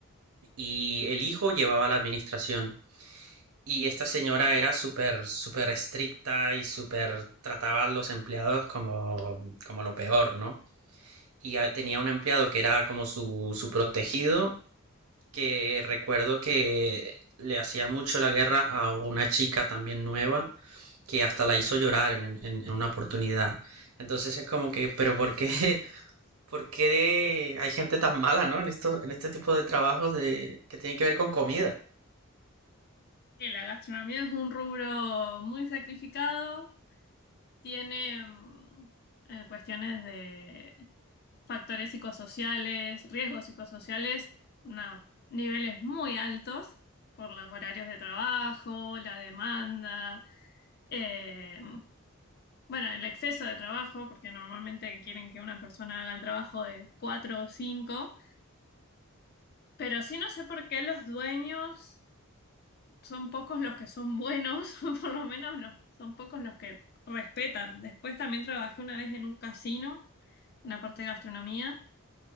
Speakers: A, on the right (about 80°); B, on the left (about 45°).
A: Y el hijo llevaba la administración. Y esta señora era súper, súper estricta y súper trataba a los empleados como, como lo peor, ¿no? Y ah, tenía un empleado que era como su, su protegido, que recuerdo que le hacía mucho la guerra a una chica también nueva, que hasta la hizo llorar en, en- en una oportunidad. Entonces es como que, pero ¿por qué, <laughs> por qué hay gente tan mala, ¿no? En estos, en este tipo de trabajos de, que tienen que ver con comida.
B: Sí, la gastronomía es un rubro muy sacrificado, tiene mm, eh, cuestiones de factores psicosociales, riesgos psicosociales, una- niveles muy altos por los horarios de trabajo, la demanda, eh, bueno, el exceso de trabajo, porque normalmente quieren que una persona haga el trabajo de cuatro o cinco, pero sí no sé por qué los dueños son pocos los que son buenos, <laughs> por lo menos los- son pocos los que respetan. Después también trabajé una vez en un casino, en la parte de gastronomía,